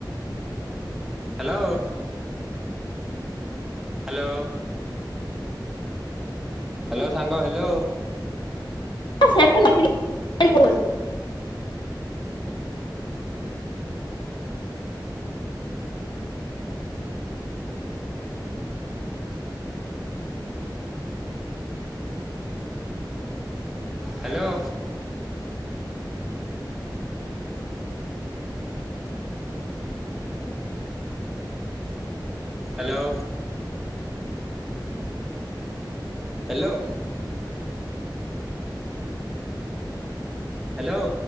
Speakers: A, in the centre; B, on the left (about 80°).
A: ହ୍ୟାଲୋ। ହ୍ୟାଲୋ। ହ୍ୟାଲୋ ସାଙ୍ଗ ହ୍ୟାଲୋ।
B: ସେ ନେଇଥିଲ କହୁଛ।
A: ହ୍ୟାଲୋ। ହ୍ୟାଲୋ। ହ୍ୟାଲୋ। ହ୍ୟାଲୋ।